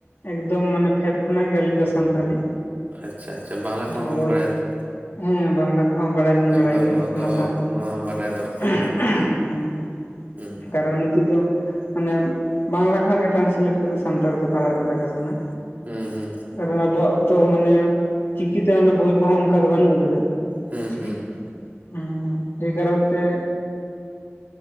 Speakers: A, on the left (about 60°); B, on the right (about 40°).
A: ᱮᱠᱫᱚᱢ ᱢᱟᱱᱮ ᱯᱷᱮᱰ ᱠᱷᱚᱱᱟᱜ ᱜᱮ ᱟᱹᱞᱤᱧ ᱫᱚ ᱥᱟᱱᱛᱟᱞᱤ᱾
B: ᱟᱪᱪᱷᱟ ᱟᱪᱪᱷᱟ, ᱵᱟᱝᱞᱟ ᱠᱚᱦᱚᱸ
A: ᱟᱵᱚ
B: ᱵᱤᱱ ᱵᱟᱲᱟᱭᱟ ᱛᱚ?
A: ᱦᱮᱸ ᱵᱟᱝᱞᱟ ᱠᱚᱦᱚᱸ ᱵᱟᱲᱟᱭ ᱫᱩᱧ
B: ᱮᱠᱫᱚᱢ
A: ᱵᱟᱲᱟᱭ ᱜᱮᱭᱟ
B: ᱱᱚᱣᱟ
A: ᱾ ᱚᱱᱟ
B: ᱫᱚ
A: ᱥᱟᱶ ᱥᱟᱶᱛᱮ,
B: ᱱᱚᱣᱟ ᱦᱚᱸ ᱵᱟᱰᱟᱭ ᱫᱚᱨᱠᱟᱨ
A: <inaudible> ᱦᱩᱸ᱾
B: ᱦᱩᱸ
A: ᱠᱟᱨᱚᱱ ᱱᱤᱛᱚᱜ ᱫᱚ ᱢᱟᱱᱮ ᱵᱟᱝᱞᱟ ᱠᱷᱚᱱᱟᱜ ᱜᱮ ᱴᱨᱟᱱᱥᱮᱞᱮᱴ ᱠᱟᱛᱮ ᱥᱟᱱᱛᱟᱲ ᱛᱮ ᱯᱟᱲᱦᱟᱜ ᱞᱟᱜᱟᱣ ᱵᱚᱱᱟ᱾
B: ᱦᱩᱸ ᱦᱩᱸ
A: ᱟᱨ ᱟᱵᱚᱣᱟᱜ ᱛᱚ ᱢᱟᱱᱮ ᱪᱤᱠᱤᱛᱮ ᱚᱱᱮ ᱵᱳᱭ ᱠᱚᱦᱚᱸ ᱚᱱᱠᱟ ᱫᱚ ᱵᱟᱹᱱᱩᱜ ᱟᱠᱟᱫᱟ᱾ ᱦᱮᱸ
B: ᱦᱩᱸ ᱦᱩᱸ
A: ᱦᱮᱸ ᱮᱭ ᱠᱟᱨᱚᱱ ᱛᱮ